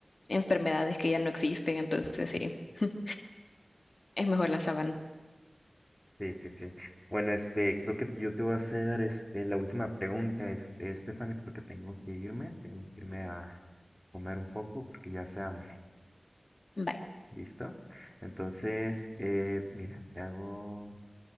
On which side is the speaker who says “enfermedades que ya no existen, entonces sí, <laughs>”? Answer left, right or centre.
Left